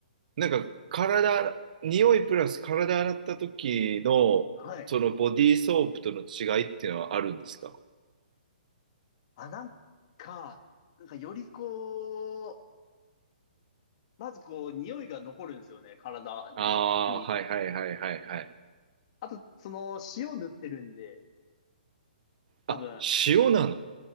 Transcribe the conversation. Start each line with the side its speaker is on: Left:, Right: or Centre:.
Right: なんか、体、匂いプラス体洗った時の、
Left: はい。
Right: そのボディーソープとの違いっていうのはあるんですか
Left: あ、なんか、なんかよりこう、まずこう、匂いが残るんですよね、体
Right: ああー、
Left: に。
Right: はいはいはいはいはい。
Left: あと、その、塩塗ってるんで、
Right: あ、
Left: 多分、
Right: 塩なの。